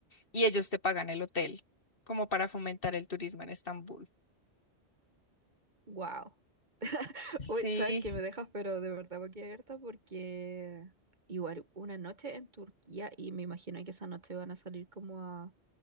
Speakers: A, on the left; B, on the right.
A: y ellos te pagan el hotel, como para fomentar el turismo en Estambul.
B: Wow. Uy,
A: Sí.
B: sabes que me dejas, pero de verdad abierta porque igual una noche en Turquía y me imagino que esa noche van a salir como a,